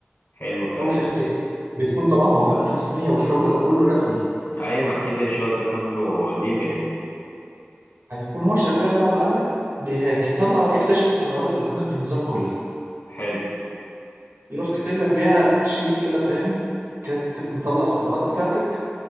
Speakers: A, on the left; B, on the right.
A: حلو الكلام
B: او شركتك بتكون طبعا موافقات رسميه والشغل ده كله رسمي
A: أيوه ما أكيد الشغل ده كله ليجل يعني
B: هيكون هو شغال بقى معلم بيهاك يطلع بقى يكتشف الثغرات اللي عندك في النظام كله
A: حلو
B: يروح كاتب لك بيها شيت كده فاهم كاتب مطلع الثغرات بتاعتك